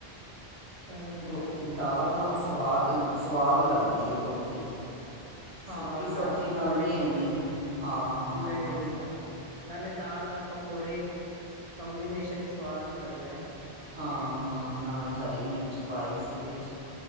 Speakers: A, on the right (about 40°); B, on the right (about 80°).
A: ਚੱਲ
B: ਰੋਟੀ
A: ਹੋਰ
B: ਦਾਲ ਨਾਲ ਸਵਾਦ- ਸਵਾਦ ਲੱਗਦੀ ਐ ਰੋਟੀ। ਸੁੱਕੀ
A: ਹਾਂ
B: ਸਬਜ਼ੀ
A: ਨਾਲ ਪਕੌੜੇ
B: ਨਹੀਂ
A: ਹੋਣ,
B: ਇੰਨੀ ਹਾਂ ਹਾਂ
A: ਨਹੀਂ ਹਾਂ। ਨਾਲੇ ਦਾਲ ਨਾਲ ਪਕੌੜੇ, ਕੰਬੀਨੇਸ਼ਨ ਸਵਾਦ ਈ ਲੱਗਦਾ।
B: ਹਾਂ- ਹਾਂ, ਨਾਲ ਹਰੀ ਮਿਰਚ ਪਾਈ ਸੀ ਵਿੱਚ।